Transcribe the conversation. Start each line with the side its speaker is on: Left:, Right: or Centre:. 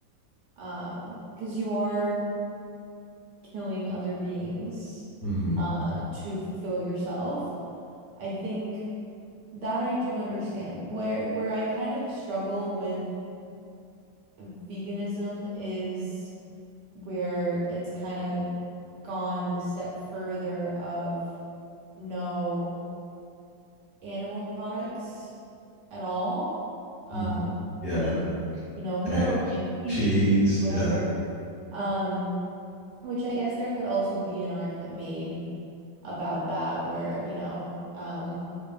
Right: um because you are killing other beings
Left: hmm
Right: uh to fulfill yourself. I think that I do understand. Where where I kind of struggle with veganism is where it's kind of gone the step further of no animal products at all, um,
Left: hmm Yeah,
Right: with,
Left: like
Right: you know, milk
Left: egg,
Right: and cheese,
Left: cheese.
Right: whatever.
Left: Yeah.
Right: Um, which I guess there could also be an argument made about that where, you know, um,